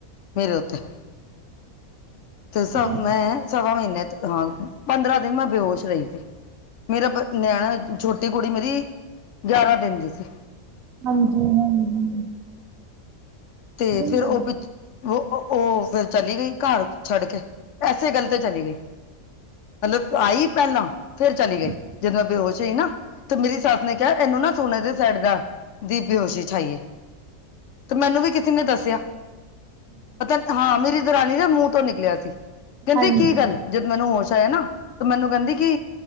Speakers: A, on the left; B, on the right.
A: ਮੇਰੇ ਉੱਤੇ ਤੇ ਸ
B: ਹਾਂਜੀ,
A: ਮੈਂ ਸਵਾ ਮਹੀਨੇ ਹਾਂ ਪੰਦਰਾਂ ਦਿਨ ਮੈਂ ਬੇਹਸ਼ ਰਹੀ ਸੀ। ਮੇਰਾ ਨਿਆਣਾ ਛੋਟੀ ਕੁੜੀ ਮੇਰੀ ਗਿਆਰਾਂ ਦਿਨ ਦੀ ਸੀ।
B: ਹਾਂਜੀ, ਹਾਂਜੀ।
A: ਤੇ
B: ਜਾਂਦਾ
A: ਫਿਰ ਉਹ
B: ਹੈ।
A: ਪ। ਉਹ ਫਿਰ ਚਲੀ ਗਈ ਘਰ ਛੱਡ ਕੇ ਐਸੇ ਗੱਲ ਤੇ ਚਲੀ ਗਈ ਮਤਲਬ ਆਈ ਪਹਿਲਾਂ ਫੇਰ ਚਲੀ ਗਈ
B: ਹਾਂਜੀ, ਹਾਂਜੀ,
A: ਜਦੋਂ ਮੈਂ ਬੇਹੋਸ਼ ਈ ਨਾ ਤੇ ਮੇਰੀ ਸੱਸ ਨੇ ਕਿਹਾ ਇਹਨੂੰ ਨਾ ਸੋਨੇ ਦੇ ਸੈਟ ਦਾ ਦੀ ਬੇਹੋਸ਼ੀ ਛਾਈਏ ਤੇ ਮੈਨੂੰ ਵੀ ਕਿਸੇ ਨੇ ਦੱਸਿਆ ਪਤਾ ਹਾਂ ਮੇਰੀ ਦੁਰਾਨੀ ਦਾ ਮੂੰਹ ਤੋਂ ਨਿਕਲਿਆ ਸੀ ਕਹਿੰਦੇ
B: ਹਾਂਜੀ।
A: ਕੀ ਗੱਲ ਜਦ ਮੈਨੂੰ ਹੋਸ਼ ਆਇਆ ਨਾ ਤੇ ਮੈਨੂੰ ਕਹਿੰਦੀ ਕਿ